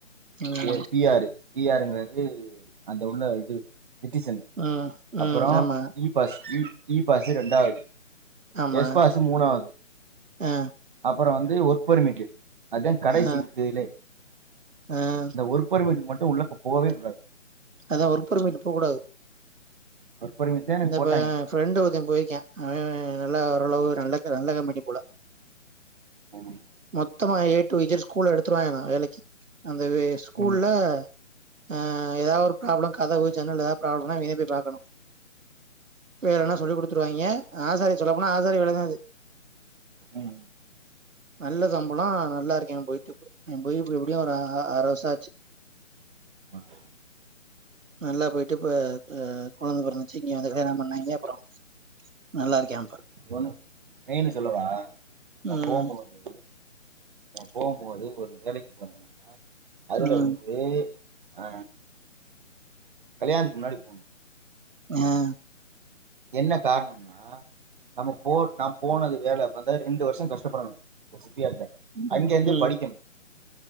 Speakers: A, on the right; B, on the right.
A: ம்
B: ஏ பி அரு பி ஆருங்கிறது அந்த உள்ள இது சிட்டிசன்
A: ம் ம்
B: அப்புறம்
A: ஆமா
B: இப் பஸ் இ பாஸ் ரெண்டாவது
A: ஆமா
B: எஸ் பாஸ் மூணாவது
A: ஆ
B: அப்புறம் வந்து ஒர்க் பெர்மிட்டு அத கடைசி
A: ஆ
B: இருக்குதுல்லே
A: ஆ
B: ஒருப்பர் மன்டுக் மட்டு உள்ளக்கு போவே கூடாது
A: அதா ஒர்பொர்மீட்டு போ கூடாது
B: ஒர்க் பர்மிட் தான் எனக்கு
A: இந்தப்ப
B: போட்டாங்க
A: ஃப்ரெண்டு ஒருத்த போயிருக்கா அவ நல்லா ஓரளவு ரெண்டக்க ரெண்டக்கம்பட்டி போல
B: ம்
A: மொத்தமா ஏ டூ இஜட் ஸ்கூல்ல எடுத்துருவாங்களா வேலக்கி அந்த ஸ்கூல்ல
B: ம்
A: ஆ ஏதாவது ஒரு ப்ராப்ளம் கதவு ஜன்னல் ஏதாவது பிராப்ளம்னா நீ தா போய் பாக்கணு வேலன சொல்லி கொடுத்துருவாங்க ஆசாரி சொல்ல போனா ஆசாரி வேல தா அது
B: ம்
A: நல்ல சம்பளொ நல்லா ருக்கு அங் போயிட்டு அங் போய் இப்படி எப்படியு ஒரு ஆறு வருசாச்சு
B: ஒகே
A: நல்லா போயிட்டு இப்ப ப கொழந்த பொறந்துச்சு இங்க வந்து கல்யாணம் பண்ணாங்க அப்றோ நல்லா இருக்யா ம்ப
B: ஒண்ணு மெயின் சொல்லவா ஒ
A: ம்.
B: போம் போது போம்போது ஒரு வேலக்கி போய்ர்ந்தனா அதுல
A: ம்.
B: வந்து ஆ கல்யணத்க்கு முன்னாடி போனொ
A: ம்
B: என்ன காரணம்னா நம்ம போ நம் போனது வேல வந்த ரெண்டு வர்ஷொ கஷ்டப்படணு வொசித்தியால்ல
A: ம்.
B: அங்க ருந்து
A: ம்.
B: படிக்கணு